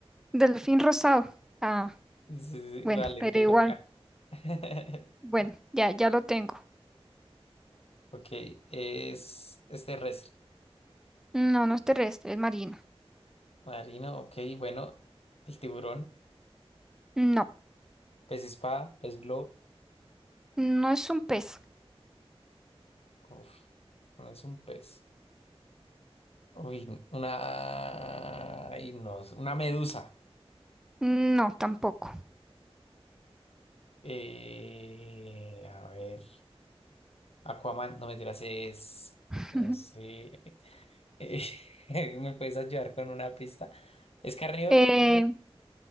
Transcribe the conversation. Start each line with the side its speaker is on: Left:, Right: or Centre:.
Centre: Delfín rosado. Ah,
Left: Sí, sí,
Centre: bueno,
Left: vale,
Centre: pero
Left: te
Centre: igual.
Left: toca. <laughs>
Centre: Bueno, ya, ya lo tengo.
Left: Ok, es, es terrestre.
Centre: No, no es terrestre, es marino.
Left: Marino, ok, bueno, el tiburón,
Centre: No,
Left: pez espada, pez globo.
Centre: no es un pez.
Left: Uf, no es un pez. Uy, una. ay, no, una medusa.
Centre: No, tampoco.
Left: Eh, a ver. Aquaman, no me tiras, es.
Centre: <laughs>
Left: No sé. eh, <laughs> ¿Me puedes ayudar con una pista? ¿Es carnívoro?
Centre: Eh,